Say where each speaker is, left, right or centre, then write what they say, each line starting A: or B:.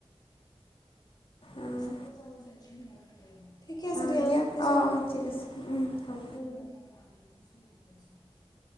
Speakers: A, on the left (about 55°); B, on the left (about 40°).
A: অঁ
B: <unintelligible> ঠিকে আছে
A: অঁ
B: দিয়া পাছত
A: অঁ
B: ফোন
A: অঁ
B: কৰিম
A: ঠিক
B: আকৌ
A: আছে
B: <unintelligible>
A: উম, হ'ব